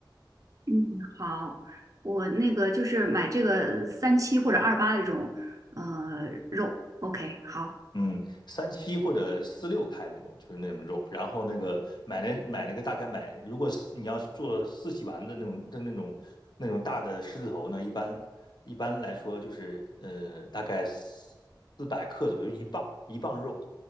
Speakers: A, on the right; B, on the left.
A: 嗯，好，我那个就是买这个三七或者二八这种，呃，肉，OK，好。
B: 嗯，三七或者四六开那种，就是那种肉。然后那个买那买那个大概买，如果是你要是做四喜丸的那种的那种那种大的狮子头呢，一般一般来说就是呃大概四百克左右，一磅一磅肉，